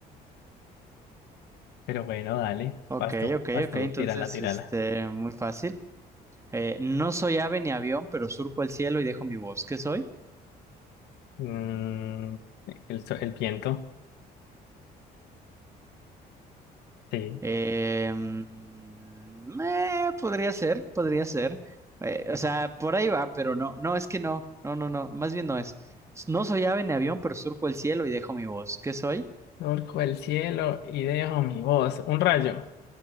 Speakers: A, on the left; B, on the right.
A: pero bueno, dale,
B: Ok,
A: vas tú,
B: ok,
A: vas
B: ok,
A: tú,
B: entonces,
A: tírala, tírala.
B: este, muy fácil. Eh, no soy ave ni avión, pero surco el cielo y dejo mi voz. ¿Qué soy?
A: Mm, el, so- el viento, sí.
B: Eh, mm, eh, podría ser, podría ser. Eh, o sea, por ahí va, pero no, no, es que no, no, no, no, más bien no es. No soy ave ni avión, pero surco el cielo y dejo mi voz. ¿Qué soy?
A: Surco el cielo y dejo mi voz. Un rayo.